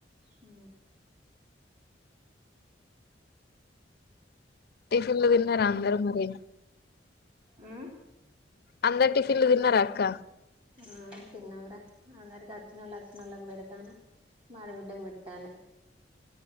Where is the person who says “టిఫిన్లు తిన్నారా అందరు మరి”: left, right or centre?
Left